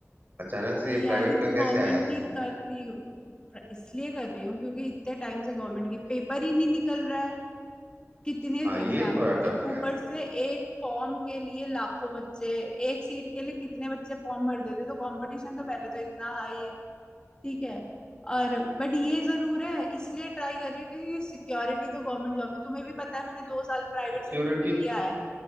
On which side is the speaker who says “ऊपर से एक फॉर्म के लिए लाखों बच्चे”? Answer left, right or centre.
Left